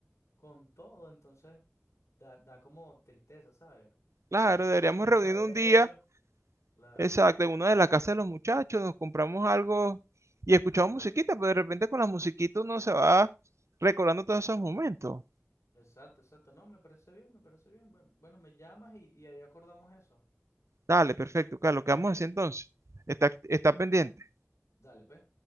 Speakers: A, on the left; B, on the right.
A: con todo, entonces da, da como tristeza, ¿sabes?
B: Claro,
A: De vez en cuando
B: deberíamos
A: uno quiere
B: reunirnos
A: saber de
B: un día,
A: ellos. Claro,
B: exacto, en una de las casas de los muchachos, nos compramos algo y escuchamos musiquita, pero de repente con las musiquitas uno se va recordando todos esos momentos.
A: exacto, exacto. No, me parece bien, me parece bien. Buen- Bueno, me llamas y, y ahí acordamos eso.
B: Dale, perfecto, Carlos, quedamos así entonces. Está, está pendiente.
A: Dale, pues.